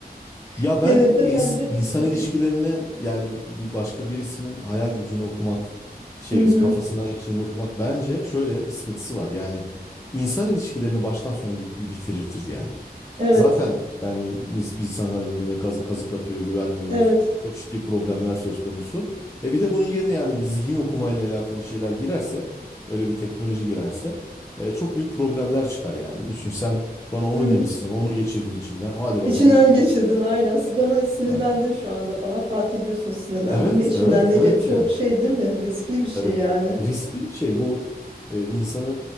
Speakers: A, on the right; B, on the left.
A: <laughs>
B: Ya ben
A: gene de
B: ins-
A: bence
B: insan
A: distopik.
B: ilişkilerine yani bir başka birisinin hayal gücünü okumak şey
A: Hı hı.
B: kafasından geçtiğini okumak bence şöyle bir sıkıntısı var. Yani insan ilişkilerini baştan sona git bir bitirirtir yani.
A: Evet,
B: Zaten yani ins- insanlar birbirine kazı- kazık atıyor, güvenmiyoruz.
A: evet.
B: Çok ciddi problemler söz konusu. E bir de bunun yerine yani bir zihin okumayla alakalı şeyler girerse, öyle bir teknoloji girerse e, çok büyük problemler çıkar yani. Düşün sen bana onu
A: Hı hı.
B: demişsin, onu geçirdin içinden. Hadi bakalım.
A: İçinden geçirdin aynen. Si, Bana sinirlendin
B: Yani
A: şu anda falan fark ediyorsun sinirlendin
B: Evet,
A: ve içinden
B: evet,
A: ne
B: evet
A: ge- çok
B: yani.
A: şey değil mi? Riskli bir şey
B: Evet.
A: yani.
B: Riskli bir şey bu. E, insanı